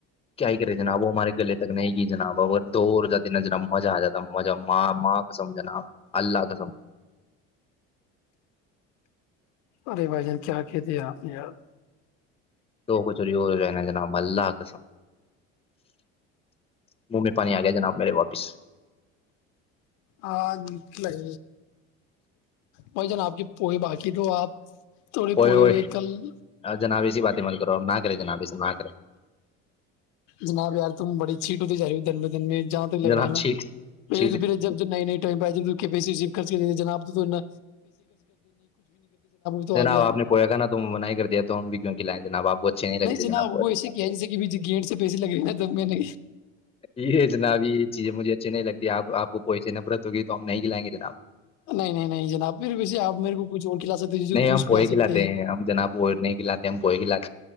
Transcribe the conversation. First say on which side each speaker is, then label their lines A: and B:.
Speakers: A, on the left (about 20°); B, on the left (about 70°).
A: کیا ہی کرے جناب وہ ہمارے گلے تک نہیں گ جناب اگر دور جاتے نظر آ مزہ آ ج ہے <unintelligible> س مجھے ماں ماں کو سمجھناا آپ اللہ گزم
B: ارے بھائی جان کیا کہتے ہیں آپ نے یاار
A: تو کچھی جائے نا جناب اللہ کے سام من میں پانی آ گیا جناب میرے واپس
B: ہاں ن لگ وہائی ج ن آپ کی پوی باات کی تو آپ تھوڑے
A: کوئی
B: پوئے
A: ہو
B: ہوئے کل
A: جنابیسیی بات ہی مت کرو ن کر رہے جنابیسی ن کر رے
B: جناب یار تم بڑی چھیٹ ہوتی جای ہو دن ب دن میں جہاں تک لگ
A: جناب
B: رہا ہےا
A: چھیٹ
B: پہے
A: چھیٹ
B: پھر جب نئی نئے ٹائ پہ آئے پی خرچ کے لییے جناب تونا تو
A: ن
B: یار
A: آپ نے پویا ک نا ت من ہی کر دیا تو ہم بھی کیک ل ج ب آپ کو اچھے نہیں لگتےنا
B: جناب وہ ایسے کیا ہے جیسے کہ بھی گیٹ سے پیسے لگ رہے ہیں جب میں نے
A: یہ اتنا اب یہ چیزیں مجھے اچھے نہیں لگتے آپ کو پیسے نفرت ہوگی تو ہم نہیں گلائیں گے جناب
B: نہیں نہیں نہیں جناب پھر ویسے آپ میرے کو کچھ اور کھلا سکتے ہیں
A: نہیں
B: جوس
A: ہم
B: پلا
A: پوئے کھلاتے
B: سکتے
A: ہیں ہم جناب پ نہیں کھلاتے م پڑھھیلاا <unintelligible>